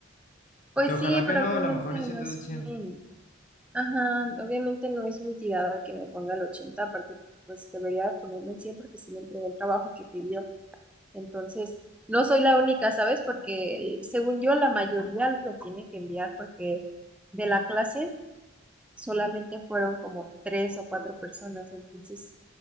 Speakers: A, in the centre; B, on the left.
A: Pues
B: Que ojalá
A: sí,
B: que
A: pero
B: no,
A: obviamente
B: a lo mejor y sí
A: no
B: te
A: es
B: del 100.
A: mi, ajá, obviamente no es mi tirada que me ponga el 80 aparte pues debería ponerme el 100 porque sí me entregué el trabajo que pidió. Entonces, no soy la única, ¿sabes? Porque el- según yo la mayoría lo tiene que enviar porque de la clase solamente fueron como tres o cuatro personas, entonces